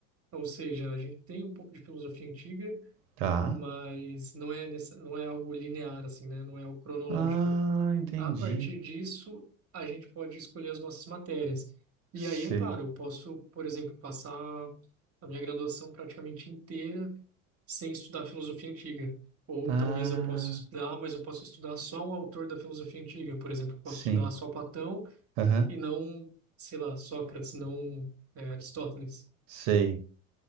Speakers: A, on the right; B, on the right.
A: Ou seja, a gente tem um pouco de filosofia antiga,
B: tá.
A: mas não é, nessa, não é algo linear, assim, né? Não é o cronológico.
B: Ah, entendi.
A: A partir disso, a gente pode escolher as nossas matérias. E
B: Sei.
A: aí, é claro, eu posso, por exemplo, passar a minha graduação praticamente inteira sem estudar filosofia antiga. Ou
B: Ah,
A: talvez eu possa estudar, mas eu posso estudar só um autor da filosofia antiga. Por exemplo, eu posso
B: sim.
A: estudar só Platão
B: Aham,
A: e não, sei lá, Sócrates, não, é, Aristóteles.
B: sei.